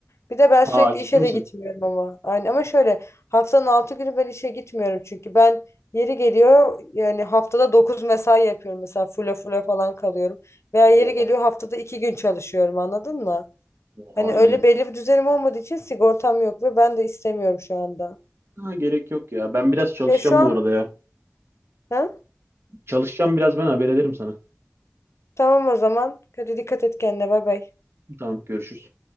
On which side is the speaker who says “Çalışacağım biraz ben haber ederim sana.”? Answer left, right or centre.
Right